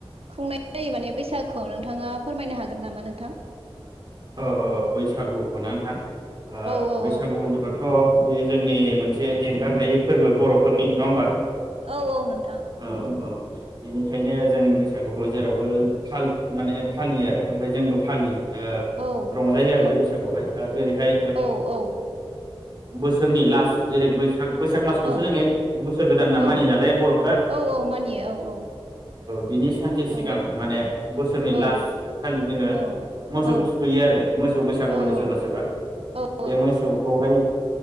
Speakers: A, on the right; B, on the right.
A: खुंनाय जायो माने बैसागुखौ नोंथाङा फोरमायनो हागोन नामा नोंथां
B: अ अ बैसागुखौ नथां
A: औ औ
B: बैसागु
A: औ
B: होनोबाथ' बे जोंनि मोनसे एंगार हायै फोरबो बर'फोरनि नङा होमबा
A: औ औ नोंथां
B: औ औ बिनिखायनो जों बे बैसागुखौ जेरावबो माने फालिलिमाने फालियो आरो ओमफ्राय जोंबो फालियो रंजायो
A: औ
B: आरो बे
A: औ
B: बैसागुआवहाय जेरैहाय
A: औ औ
B: बोसोरनि लास्ट जेरै बैसाग बैसाग मासखौसो
A: औ
B: जों एक बोसोर गोदान होनना
A: औ
B: मानिययो नालाय बर'फोरा
A: औ औ मानियो औ
B: बिनि सानसे सिगां
A: औ
B: माने बोसोरनि
A: औ
B: लास् खालि जोङो
A: औ
B: मोसौ
A: औ
B: थुखैयो आरो बमोसौ बैसागु
A: औ
B: होनो सोरबा सोरबा
A: औ
B: बे
A: औ
B: मोसौखौ बेखौ हाय